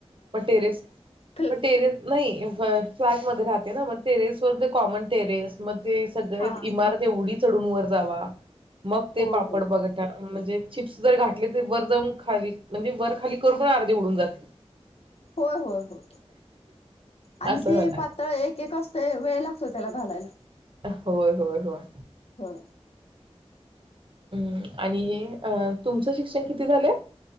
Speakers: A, on the right; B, on the left.
A: मग टेरेस
B: खल
A: म टेरेस नाही फ्लॅटमध्ये राहते. <unintelligible> टेरेस वरचे कॉमन टेरेस मग ते सगळ्या
B: हा
A: इमारत एवढी चढून वर जावा. मग ते
B: होय
A: पापड
B: होय.
A: बघत. म्हणजे चिप्स जर घातले. त वर जाऊन खावी. म्हणजे वर खाली करू पण अर्धे उडून जातील.
B: होय होय होय. आणि
A: असं
B: ते
A: होणार
B: पातळ एक एक असतय वेळ लागतंय त्याला घालायला.
A: होय होय होय.
B: हो.
A: हम् आणि अ तुमचं शिक्षण किती झालंय.